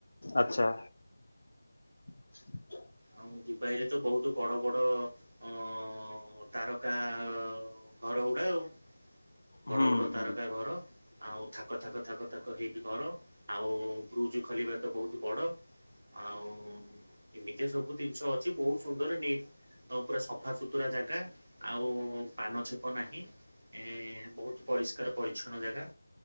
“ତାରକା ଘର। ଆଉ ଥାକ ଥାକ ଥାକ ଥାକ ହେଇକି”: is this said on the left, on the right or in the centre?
Right